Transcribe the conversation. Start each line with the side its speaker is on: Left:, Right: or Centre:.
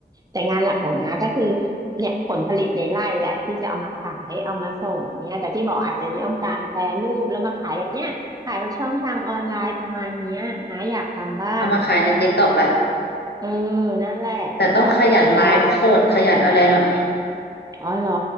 Right: แต่งานหลักของน้าก็คือเนี่ยผลผลิตในไร่แหละที่จะเอามาขายเอามาส่งเนี่ยแต่ที่บอกอาจจะต้องการแปรรูปแล้วมาขายแบบเนี้ย ขายแบบช่องทางออนไลน์ประมาณเนี้ยนะอยากทำบ้างอะ
Left: เอามาขายใน TikTok แหละ
Right: เออนั่นแหละนะอยากทำบ้าง
Left: แต่ต้องขยันไลฟ์สดขยันอะไรหน่อย
Right: อ๋อเหรอ